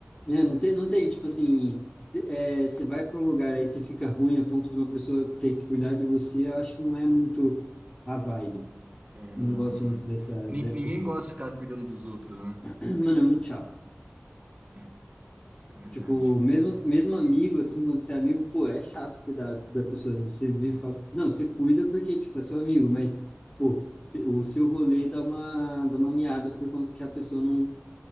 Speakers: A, on the left; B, on the right.
A: né? Não tem, não tem, tipo assim, você é, cê vai para um lugar aí você fica ruim a ponto de uma pessoa ter que cuidar de você, eu acho que não é muito a vibe.
B: É, não,
A: Não gosto
B: não
A: muito
B: é.
A: dessa,
B: Ni-
A: dessa
B: ninguém
A: ideia.
B: gosta de ficar cuidando dos outros, né?
A: <clears throat> Mano, é muito chato.
B: É, isso é verdade.
A: Tipo, mesmo, mesmo amigo, assim, quando você é amigo, pô, é chato cuidar da pessoa. Você vira
B: É.
A: e fala, não, você cuida porque, tipo, é seu amigo, mas, pô, se- o seu rolê dá uma, dá uma miada por conta que a pessoa não,